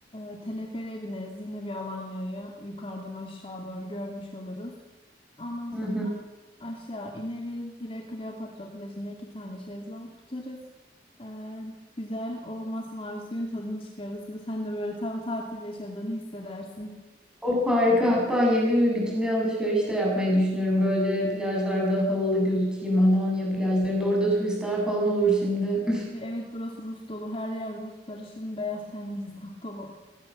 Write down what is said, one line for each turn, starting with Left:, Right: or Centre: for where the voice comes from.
Left: e, teleferiğe bineriz. Yine bir Alanya'yı yukarıdan aşağı doğru görmüş oluruz. Ondan sonra
Centre: Hı hı.
Left: Aşağı ineriz. Direkt Kleopatra plajında iki tane şezlong tutarız. Ee, güzel o masmavi suyun tadını çıkarırız ve sen de böyle tam tatil yaşadığını hissedersin.
Centre: Of harika. Hatta yeni bir bikini alışveriş de yapmayı düşünüyorum. Böyle plajlarda havalı gözükeyim. Alanya plajlarında. Orada turistler falan olur şimdi.
Left: E, Evet burası Rus dolu. Her yer Rus sarışın beyaz tenli insan dolu.